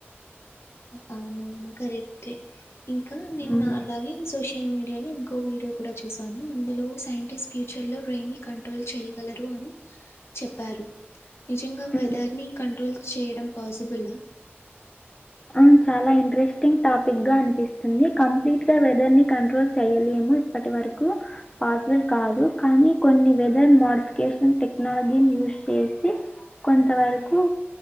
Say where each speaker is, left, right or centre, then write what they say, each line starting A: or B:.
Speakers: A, on the left; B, on the left.
A: అవునవును కరెక్టే ఇంకా నిన్న
B: మ్మ్.
A: అలాగే సోషల్ మీడియా లో ఇంకో వీడియో కూడా చూశాను అందులో సైంటిస్ట్ ఫ్యూచర్ లో రైని కంట్రోల్ చేయ్యగలరు అని చెప్పారు నిజంగా
B: మ్మ్.
A: వెదర్ ని కంట్రోల్ చేయడం పాసిబుల్ ఆ
B: ఆ చాలా ఇంట్రెస్టింగ్ టాపిక్ గా అనిపిస్తుంది కంప్లీట్ గా వెదర్ ని కంట్రోల్ చెయలేము అప్పటి వరకు పాసిబుల్ కాదు కానీ కొన్ని వెదర్ మోడిఫికేషన్ టెక్నాలజీని యూజ్ చేసి కొంత వరకు